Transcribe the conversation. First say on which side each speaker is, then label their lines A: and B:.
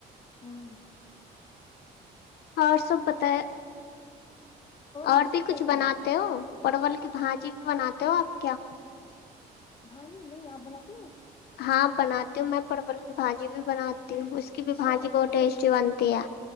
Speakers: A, on the left (about 30°); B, on the left (about 70°).
A: ہوں
B: اوراں سب بتائے اور
A: موسم
B: بھی
A: کیسا
B: کچھ
A: ہے
B: بناتے
A: وہاں کا
B: ہو پرول کی بھج سی بھی بناتے ہو آپ کیا
A: ہھاں جی نہیں آپ بناتے ہو
B: ہاں بناتی ہوں میں پرول کی بھاجی بھی بناتیوں اس کی
A: اچھا
B: بھی بھجی بہت
A: کیسے
B: ٹیسٹی بنتی ہے